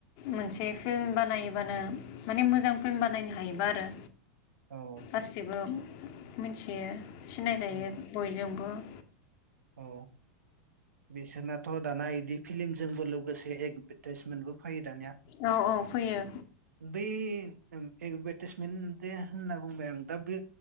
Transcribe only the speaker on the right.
औ
औ
औ बिसोरना। थ दाना इदि फिलम जोंबो लोगोसे एकभाथाइसमेन बो। फै। दानिया
बै। एदभारटाइसमेन्ट दे होनना बुंबाय आं दा बे।